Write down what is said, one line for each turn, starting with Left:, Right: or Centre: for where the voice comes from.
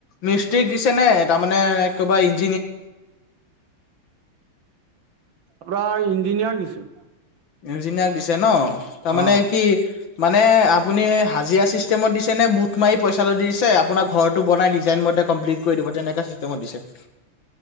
Left: মিস্ত্ৰীক দিছে নে তাৰমানে কিবা -
Right: আপোনাৰ ইঞ্জিনিয়াৰক দিছো।
Left: ইঞ্জিনিয়াৰ দিছে ন তাৰমানে
Right: অ
Left: কি মানে আপুনি হাজিৰা চিষ্টেমত দিছে নে মুঠ মাৰি পইচা লয় দি দিছে আপোনাৰ ঘৰটো বনাই ডিজাইন মতে কমপ্লিট কৰি দিব তেনেকে চিষ্টেমত দিছে?